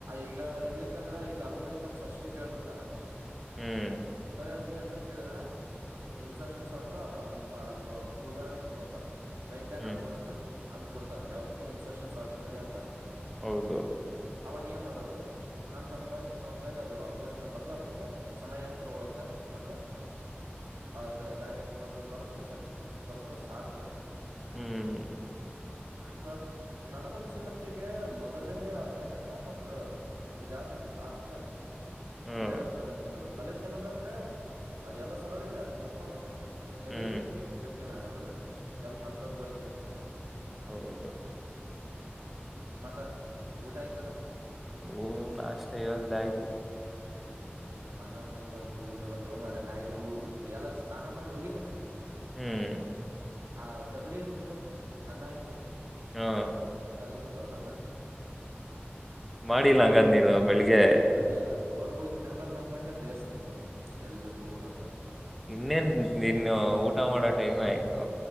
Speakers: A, on the right; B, in the centre.
A: ಈಗ ಇರ್ಲಿಕ್ಕಂದ್ರ ಈಗ ಅಲ್ಗೋರಿ ತಮ್ಸ್ ಅಷ್ಟ ಕೇಳ್ಬಿಡ್ತಾರ..
B: ಹ್ಮ್..
A: ಬರ ಅಲ್ಗೋತ ಕೇಳಿದ್ರ ಇನ್ಸಷನ್ ಶ್ದ ಅ.. ಇ ಉದಾಹರಣೆಗೆ ತಗೋ ರೈಟ್ ಆ್ಯಂಡ್
B: ಹ್ಮ್
A: ಅಲ್ಗೋ ಇತ್ತ ಅಂತ ಕೊಡ್ತಾರೆ ಯಾವದಕ್ಕೆ ಇನ್ಸರ್ಷನ್ ಶಾರಟಿಕ್ ಬರಿ ಅಂತಾರ.
B: ಹೌದು
A: ಅವಾಗ ಏನ್ ಮಾಡೋದು ಹಂತ ಹಂತವಾಗಿ ಹಂತ ಹಂತವಾಗಿ ಅದು ಅಲಗುರಿ ತೊ್ ಬರದು ಅದಕ್ಕೆ ಸಮಯ ಇಟ್ಟು ತಗೊಳುತ್ತೆ ಮತ್ತೆ ಆದು ಜಾಗೆ ತೊಳತದ ಬರದಕೇಶ ಬರದ್ರು ಸಾಕು
B: ಹ್ಮ್
A: ಹ ನನಗನ್ಸುಮಟ್ಟಿಗೆ ಮೊದಲನೇ ಘಟಕ ಮ ಇದ ಯಾವ್ದ ಇದು ನಾಲ್ಕನೇ ಅದು..
B: ಹ್ಮ್
A: ನೀವೆರಡು ತಲೆ ತಿನ್ನೋದು ತಲೆ ತಿನ್ನೋದಂದ್ರೆ ಎಲ್ಲ ಸರಳ ಇದೆ ತಿಳ್ಕೊಳಕೆ. ಬರಯೋದಕ್ಕೆ
B: ಹ್ಮ್
A: ಕಠಿಣ ಆಗದ ಅಂದ್ರೆ ಎಲ್ಲ ಹಂತ ಹಂತವಾಗಿ ಬರಿಬೇಕಲ್ಲ.
B: ಹೌದು..
A: ಮತ್ತ ಊಟ ಆಯ್ತಲ್ಲ.
B: ಹಓ ನಾಷ್ಟ ಇವಾಗ್ಲೇ ಆಯ್ತು.
A: ನೀ ನಿಮ್ಮ ಅಣ್ಣನ ಮನೆಗಾರ ಹೋಗೊಂಡು ಬಂದ್ ಹೋ ಮರ ನಾ ಇಲ್ಲಿ ಎಲ್ಲ ಸ್ನಾನ ಮಾಡಿ ಹೋಗಿದ್ದೀನ..
B: ಹ್ಮ್
A: ಆ ಡಬ್ಬರಿ ಇರುತ್ತ ಗೊತ್ತು ಅನ್ನ ಹಾಕಿದ್ದ
B: ಹಾ
A: ತಗದುಪಟ್ಟವರ
B: ಮಾಡಿಲ್ಲ ಹಂಗದ್
A: ಇಬ
B: ನೀನು ಬೆಳಿಗ್ಗೆ
A: ನಾಳಲ್ಲ ಹೊರ್ಗೂ ತಿನ್ಬೇಕಕ್ ಅನ್ಕೊಂಡೆ ಬೇಸ್ರ ಈಗ ಎಲ್ಲಿ ೂಗುದತ್ತ
B: ಇನ್ನೇನ್ ಇನ್ನು ಊಟ ಮಾಡೋ ಟೈಮೆ ಆಯ್ತು..